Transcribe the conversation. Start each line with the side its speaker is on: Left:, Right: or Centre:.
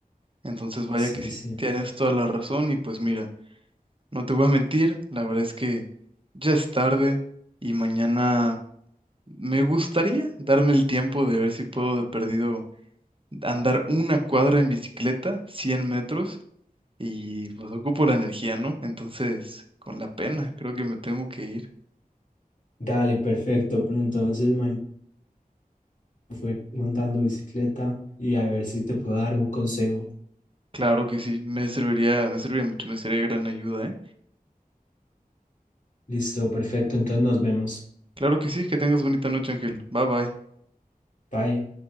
Right: Entonces vaya
Left: Sí,
Right: que sí,
Left: sí.
Right: tienes toda la razón y pues mira. No te voy a mentir, la verdad es que ya es tarde y mañana me gustaría darme el tiempo de ver si puedo de perdido andar una cuadra en bicicleta, 100 metros, y pues ocupo la energía, ¿no? Entonces, con la pena, creo que me tengo que ir.
Left: Dale, perfecto. Pero entonces mañana fue montando bicicleta y a ver si te puedo dar un consejo.
Right: Claro que sí, me serviría, me serviría mucho, me sería de gran ayuda, ¿eh?
Left: Listo, perfecto. Entonces nos vemos.
Right: Claro que sí, que tengas bonita noche, Ángel. Bye bye.
Left: Bye.